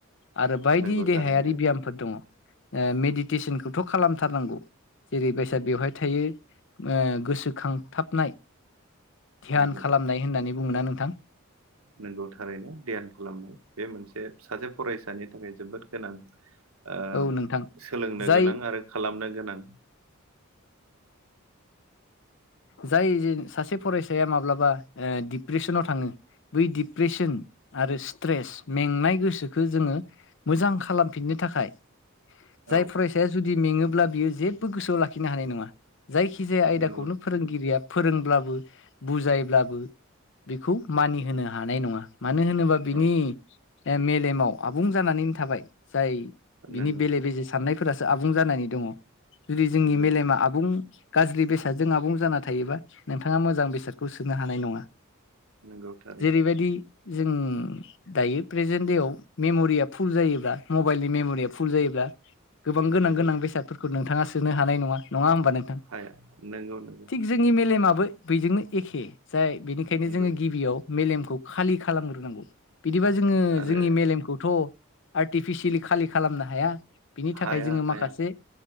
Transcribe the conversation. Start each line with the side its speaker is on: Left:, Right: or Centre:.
Left: आरो बायदि
Right: नंगौ
Left: देहायारि
Right: थारैनो
Left: ब्यामफोर दङ ओ मेडिटेसनखौथ' खालामथारनांगौ जेरै बेसा बेवहाय थायो ओ गोसोखांथाबनाय ध्यान
Right: नंगौ
Left: खालामनाय होननानै बुङो ना नोंथां?
Right: नंगौ थारैनो ध्यान खालामनाय बे मोनसे सासे फरायसानि थाखाय जोबोर गोनां ओ
Left: औ नोंथां
Right: सोलोंनो
Left: जाय
Right: गोनां आरो खालामनो गोनां। <inaudible>
Left: जाय जे सासे फरायसाया माब्लाबा ओ डिप्रेसनाव थाङो। बै डिप्रेसन आरो स्ट्रेस मेंनाय गोसोखो जोङो मोजां खालामफिननो थाखाय जाय
Right: औ
Left: फरायसाया जुदि मेङोब्ला बियो जेबो गोसोआव लाखिनो हानाय नङा। जायखिजाया आयदाखौनो
Right: नंगौ
Left: फोरोंगिरिया फोरोंब्लाबो बुजायब्लाबो बेखौ मानिहोनो हानाय नङा। मानो होनोबा बिनि
Right: औ
Left: मेलेमाव आबुं जानानैनो थाबाय जाय बिनि
Right: नंगौ
Left: बेले बेजे साननायफोरासो आबुं जानानै दङ जुदि जोंनि
Right: नंगौ
Left: मेलेमा आबुं गाज्रि बेसाद जों आबुं जाना थायोबा नोंथाङा मोजां बेसादखौ सोनो हानाय नङा।
Right: नंगौ थारैनो
Left: जेरैबायदि जों दायो प्रेजेन्ट देआव मेम'रिया फुल जायोब्ला मबाइलनि मेम'रिया फुल जायोब्ला गोबां गोनां
Right: नंगौ
Left: - गोनां बेसादफोरखौ नोंथाङा सोनो हानाय नङा। नङा होमबा नों?
Right: हाया नंगौ नंगौ
Left: थिग जोंनि मेलेमाबो बेजोंनो एखे। जाय बेनिखायनो
Right: नंगौ
Left: जोङो गिबियाव मेलेमखौ खालि खालामग्रोनांगौ। बिदिबा जोङो
Right: आरो
Left: जोंनि मेलेमखौथ' आर्टिफिसियेलि खालि खालामनो हाया। बिनि थाखाय
Right: हाया
Left: जोङो
Right: हाया
Left: माखासे